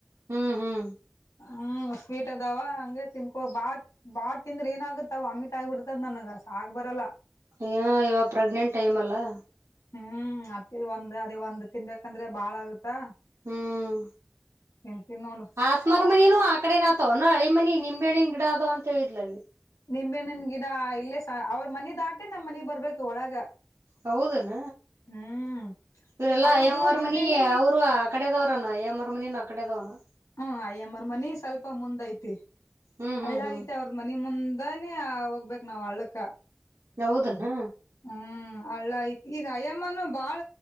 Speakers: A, on the right; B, on the left.
A: ಹ್ಮ್ ಹ್ಮ್
B: ಹ್ಮ್ ಸ್ವೀಟ್ ಅದಾವ ಹಂಗೆ ತಿನ್ಕೊ ಬಾತ್ ಬಾಳ ತಿಂದ್ರ ಏನ ಆಗತ್ತ ಅವವು ಅಮಿಟ್ ಆಗಿಬ ಬಿಡ್ತದ ನನ್ಗ ಆಗ್ ಬರಲ್ಲ
A: ಏ ಇವಾಗ ಪ್ರೆಗ್ನೆಂಟ್ ಟೈಮ್ ಅಲ್ಲಾ
B: ಹ್ಮ್ ಅದ ಒಂದ್ ಅದೇ ಒಂದ್ ತಿನ್ಬೇಕಂದ್ರೆ ಬಾಳ ಆಗುತ್ತಾ
A: ಹ್ಮ್
B: ತಿಂತಿನ್ನೋಡ್
A: ಆಸ್ಮಾರ್ ಮನನು ಆ ಕಡೆ ನಾತವ್ ನ ಹಳೆ ಮನಿ ನಿಮ್ಳಿ ಗಿಡ ಅದವ ಅಂತ ಹೇಳಿದ್ಲ ಅಲ್ಲಿ
B: ನಿಂಬೆ್ಣನ್ ಗಿಡ ಇಲ್ಲೇ ಸ ಅವ್ರ ಮನೆ ದಾಟಿ ನಮ್ ಮನಿ ಬರ್ಬೇಕು ಒಳಗ
A: ಹೌದನ
B: ಹ್ಮ್
A: ಇವರೆಲ್ಲಾ
B: ಅವ್ರದು
A: ಮವರ್
B: ನಿಂಬೆಹಣ್ಣಿನ್
A: ಮನಿ ಅವರು ಅಕ್ಕಡೆದವರ ಅ ಎ ಮಮರಮನಿ ನ ಅಡೆದವರಾ
B: ಹ್ಮ ಅಯ್ಯಮ್ಮರ್ ಮನಿ ಸ್ವಲ್ಪ ಮುಂದ್ ಐತಿ
A: ಹ್ಮ್
B: ಹಳ್ಳ
A: ಹ್ಮ್ ಹ್ಮ್
B: ಐತೆ ಅವ್ರ ಮನ ಮುಂದಾನೇ ಹೋಗ್ಬೇಕೇಕ್ ನಾವ್ ಹಳ್ಕ್ಕ
A: ಯೌದನಾ
B: ಹ್ಮ ಅಳ್ಳಯತ್ ಈಗ ಅಯ್ಯಮ್ಮನು ಬಾಳ